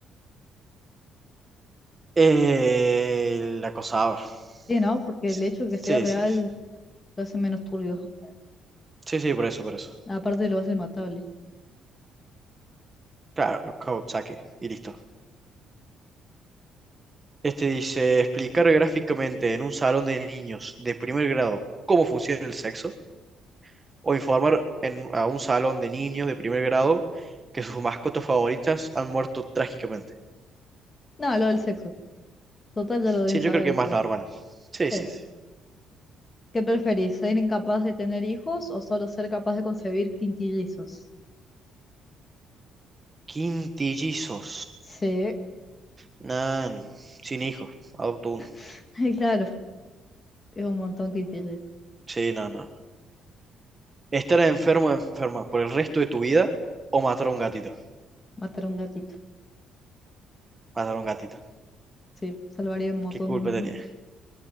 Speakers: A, on the right; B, on the left.
A: Eh, el acosador.
B: Sí, ¿no? Porque
A: Sí,
B: el hecho de
A: sí,
B: que sea real
A: sí.
B: lo hace menos turbio.
A: Sí, sí, por eso, por eso.
B: Aparte lo hace matable.
A: Claro, cau- saque y listo. Este dice, explicar gráficamente en un salón de niños de primer grado cómo funciona el sexo. o informar en- a un salón de niños de primer grado que sus mascotas favoritas han muerto trágicamente.
B: No, lo del sexo. Total, ya lo deben
A: Sí,
B: saber,
A: yo creo que
B: o
A: es
B: sea.
A: más normal. Sí,
B: Sí.
A: sí, sí.
B: ¿Qué preferís? ¿Ser incapaz de tener hijos o solo ser capaz de concebir quintillizos?
A: Quintillizos.
B: Sí.
A: Nah, sin hijos, adopto uno.
B: <laughs> claro, es un montón quintillizos.
A: Sí, no, no. Estar enfermo o enferma por el resto de tu vida o matar a un gatito.
B: Matar a un gatito.
A: Matar a un gatito.
B: Sí, salvaría un montón
A: ¿Qué culpa tenía?
B: más.